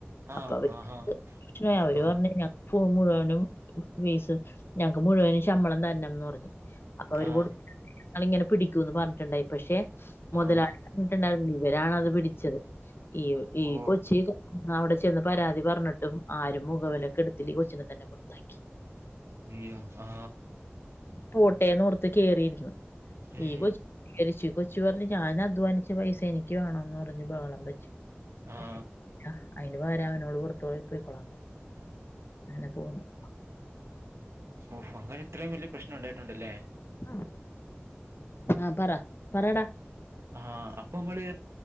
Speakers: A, on the right; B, on the left.
A: ആഹ്
B: അപ്പൊ അവര്ക്ക്
A: ആഹാ
B: <unintelligible> അവര്
A: ആഹ്
B: പറഞ്ഞ് ഞങ്ങ് ഫോ മുഴുവനും വീസ് ഞങ്‌ക്ക് മുഴുവനും ശമ്പളം തരണംന്ന് പറഞ്ഞു അപ്പൊ അവര്
A: ആഹ്
B: കൊടു അളിങ്ങനെ പിടിക്കൂന്ന് പറഞ്ഞിട്ടുണ്ടായി പക്ഷെ മൊതലാളിടെ
A: ആഹ്
B: ഉം ണ്ടായിന്ന് ഇവരാണത് പിടിച്ചത് ഈ ഒ ഈ
A: ഓ
B: കൊച്ചിക് ന്നവടെ ചെന്ന് പരാതി പറഞ്ഞിട്ടും ആരും മുഖവെലൊക്കെടുത്തില്ല ഈ കൊച്ചിനെ തന്നെ പുറത്താക്കി
A: അയ്യോ ആ
B: പോട്ടേന്നോർത്ത് കേറിയിരുന്നു
A: ഉം
B: ഈഗോ <unintelligible> കൊച്ച് പറഞ്ഞ് ഞാൻ അധ്വാനിച്ച പൈസ എനിക്ക് വേണോന്ന് പറഞ്ഞ് ബഹളം വെച്ചു <unintelligible>
A: ആഹ്
B: അയിന് പകരാ അവനോട് പുറത്ത് പോയി കഴിക്കൊളാം പറ അനേ പോവുന്നു <inaudible>
A: ഓഹോ അങ്ങനെത്രേം വലിയ പ്രശ്ന ഒ ണ്ടായിട്ടുണ്ടല്ലേ
B: ആ ആ പറ പറേടാ
A: ആ അപ്പൊമ്മള്